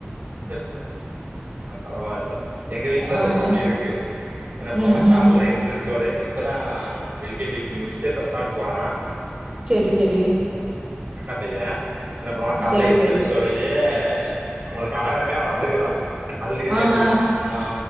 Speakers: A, on the right; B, on the right.
A: சரி அப்போ பரவால்ல எங்க வீட்ல
B: ஆ.
A: ஒரு குட்டி இருக்கு என்ன பண்ணுவானா
B: ம், ம்.
A: கால்ல எந்திரிச்சோடே இப்பதா எல் கே ஜி படி ச்சு முடிச்சுட்டு ஃபர்ஸ்ட் ஸ்டாண்டர்ட் போறான்
B: சரி, சரி.
A: அக்கா பையன் என்ன பண்ணுவனா காலைல
B: சரி,
A: எழுந்திரிச்சோடையே
B: சரி.
A: அவன நேரமே அவன் அழுகதா அழுதுகிட்டே
B: ஆஹா.
A: எந்திரிப்பான் மா